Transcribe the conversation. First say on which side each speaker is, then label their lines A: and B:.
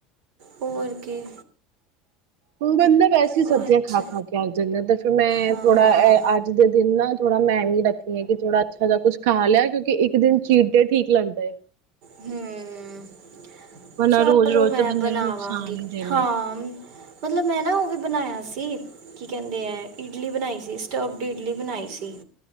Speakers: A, on the right; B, on the right.
A: ਹੋਰ ਕੀ?
B: ਹੁਣ ਬੰਦਾ, ਐਸੀ
A: ਬਸ
B: ਸਬਜ਼ੀਆਂ ਖਾ-ਖਾ ਕੇ ਅਕ ਜਾਂਦਾ ਤੇ ਫੇਰ ਮੈਂ
A: ਹਾਂ
B: ਥੋੜਾ ਇਹ ਅੱਜ ਦੇ ਦਿਨ ਨਾ ਥੋੜਾ ਮੈਂ ਵੀ ਰੱਖਣੀ ਹੈ ਕਿ ਥੋੜਾ ਅੱਛਾ ਜਾ ਕੁਛ ਖਾ ਲਿਆ ਕਿਉਂਕਿ ਇੱਕ ਦਿਨ ਚੀਰਦੇ ਠੀਕ ਲੱਗਦਾ ਏ,
A: ਹੂੰ,
B: ਵਰਨਾ
A: ਚਲੋ
B: ਰੋਜ਼ ਰੋਜ਼
A: ਮੈਂ
B: ਤੇ ਬੰਦੇ
A: ਬਣਾਵਾਂਗੀ
B: ਨੂੰ ਨੁਕਸਾਨ ਹੀ ਦੇਵੇ
A: ਹਾਂ ਮਤਲਬ ਮੈਂ ਨਾ ਉਹ ਵੀ ਬਣਾਇਆ। ਸੀ ਕੀ ਕਹਿੰਦੇ ਹੈ ਇਡਲੀ ਬਣਾਈ ਸੀ ਸਟਵਡ ਇਡਲੀ ਬਣਾਈ ਸੀ।